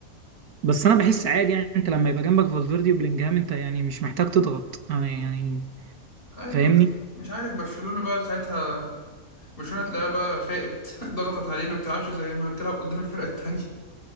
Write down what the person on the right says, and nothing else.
بس انا بحس عادي يعني انت لما يبقى جنبك فالفيردي وبلينجهام انت يعني مش محتاج تضغط آه يعني
فاهمني